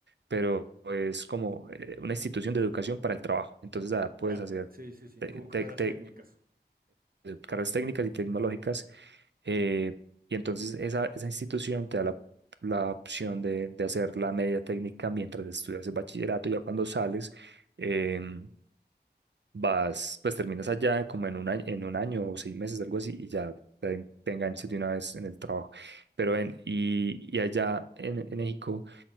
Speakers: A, on the right; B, on the right.
A: pero es como eh, una institución de educación para el trabajo. Entonces, ah, puedes
B: ya,
A: hacer
B: sí, sí, sí,
A: te-
B: como carreras
A: te- te-
B: técnicas.
A: carreras técnicas y tecnológicas eh, y entonces esa, esa institución te da la, la opción de, de hacer la media técnica mientras estudias el bachillerato. Ya cuando sales, em, vas, pues terminas allá como en un año, en un año o seis meses, algo así, y ya te, en- te enganchas de una vez en el trabajo. Pero en,
B: Ya.
A: y, y allá en, en México,